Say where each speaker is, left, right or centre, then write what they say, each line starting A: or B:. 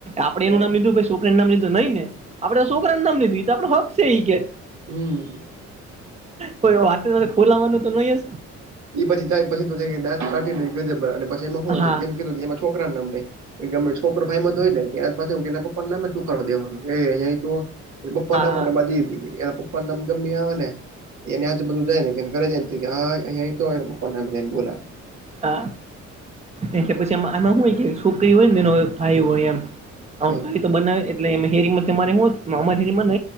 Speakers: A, on the right (about 20°); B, on the right (about 70°).
A: આપણે
B: હા.
A: એનું નામ લીધું છોકરાનું નામ લીધું નઈ ને. આપડે છોકરા નામ લીધુ આપડો હક છે એ કે.
B: હમ
A: કોઈ વાતે ખોલાવાનું તો નહી.
B: એ પછીય પછી તો દાંત કાઢી ગજબર પછી એમાં શું
A: હા હા
B: એમ કીધું કે એમાં છોકરા ને નામ દે. ગમે છોકરા ભાઈ હોય ને એના પપ્પાને નામે ટુકારો દેવાનો અહીં તો. એ પપ્પા ના
A: હા
B: મોમાંધ હતી એના પપ્પા. <unintelligible> પણ નમગમી આવે ને એને આજ બધું જાય ને ઘરે જાય ને હ અં. ને પપ્પા ના નામે બોલાવે.
A: હા એ પછી આમ આમાં હોય કે છોકરી હોય ને એનો ભાઈ હોય એમ.
B: હા
A: ભાઈ તો બનાવે એટલે હે અમાેમાં ન